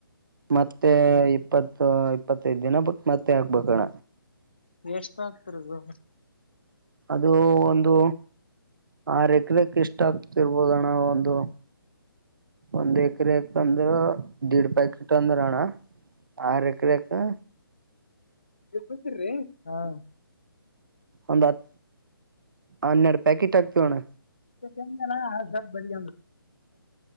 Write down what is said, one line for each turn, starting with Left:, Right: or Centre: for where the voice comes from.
Right: ಮತ್ತೆ ಇಪ್ಪತ್ತು ಇಪ್ಪತ್ತೈದ ದಿನ ಬಟ್ಟ ಮತ್ತೆ ಹಾಕ್ಬೇಕಣ
Left: ಎಷ್ಟ ಆಗ್ತರಿದು
Right: ಅದು ಒಂದು ಆರ್ ಎಕರೆಕ್ ಇಷ್ಟ ಆಗ್ತಿರ್ಬೋದ ಅಣ ಒಂದು ಒಂದ್ ಎಕರೆಕ್ ಅಂದ್ರೆ ದೇಡ್ ಪ್ಯಾಕೆಟ್ ಅಂದ್ರ ಅಣ್ಣ ಆರು ಎಕರೆ ಕೆ
Left: ಈಗ ಗತ್ತರಿ ಹಾ <unintelligible>
Right: ಒಂದ್ ಹತ್ ಹನ್ನೆರಡು ಪ್ಯಾಕೆಟ್ ಆಗ್ತವ ಅಣ್ಣ
Left: ಸ ಬ <inaudible>